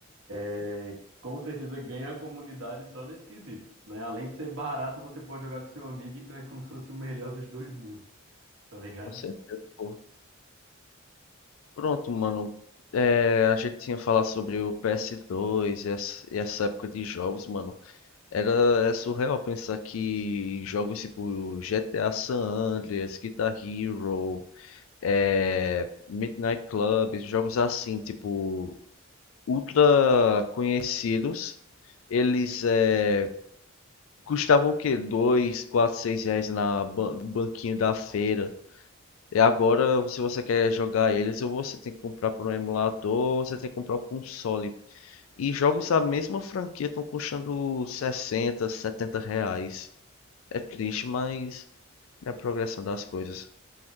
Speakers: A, on the right; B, on the left.
A: É, Com certeza ganha a comunidade só nesse quesito, né? Além de ser barato, você pode jogar com seu amigo, então é como se fosse o melhor dos dois mundos, tá ligado?
B: Com certeza, pô. Pronto, mano. É, a gente tinha falado sobre o PS2 e essa e essa época de jogos, mano. Era, é surreal pensar que jogos tipo GTA San Andreas, Guitar Hero, é, Midnight Club, jogos assim, tipo, ultra conhecidos, eles é, custavam o quê? 2, 4, 6 reais na ban banquinha da feira. E agora, se você quer jogar eles, ou você tem que comprar por um emulador, ou você tem que comprar o um console. E jogos da mesma franquia estão custando 60, 70 reais. É triste, mas é a progressão das coisas.